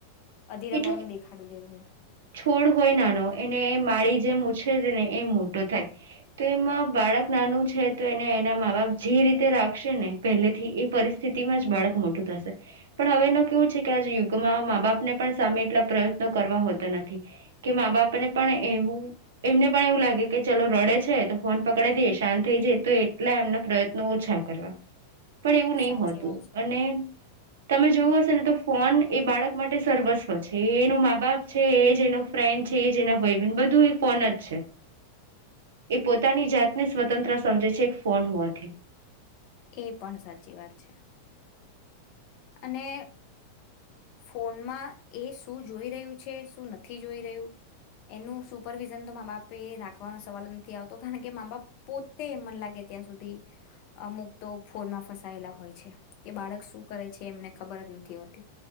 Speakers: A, on the left; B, on the right.
A: અધીરાપણું
B: એટલે
A: દેખાડી દેવું છે
B: છોડ હોય નાનો એને માડી જેમ ઉછેરે ને એ મોટો થાય તો એમાં બાળક નાનું છે તો એને એના મા બાપ જે રીતે રાખશે ને પહેલેથી એ પરિસ્થિતિમાં જ બાળક મોટું થશે પણ હવે એનો કેવું છે કે આ યુગમાં મા બાપને પણ સામે એટલા પ્રયત્નો કરવા હોતા નથી કે મા બાપને પણ એવું એમને પણ એવું લાગે કે ચલો રડે છે તો ફોન પકડાઈ દઈએ શાંત થઈ જાય તો એટલા એમના પ્રયત્નો ઓછા કરવા પણ એવું નહી
A: સાચી
B: હોતું
A: વાત છે.
B: અને તમે જોવું હશે ને તો ફોન એ બાળક માટે સર્વસ્થ જે એનો મા બાપ છે એ જે એનો ફ્રેન્ડ જેના ભય બીન બધું એ ફોન જ છે પોતાની જાતને સ્વતંત્ર સમજે છે ફોન હવાથી
A: એ પણ સાચી વાત છે અને ફોનમાં એ શું જોઈ રહ્યું છે શું નથી જોઈ રહ્યું એનું સુપરવિઝન તો મા બાપે રાખવાનો સવાલ નથી આવતો કારણ કે મા બાપ પોતે મન લાગે ત્યાં સુધી અમુક તો ફોનમાં ફસાયેલા હોય છે કે બાળક શું કરે છે એમને ખબર જ નથી હોતી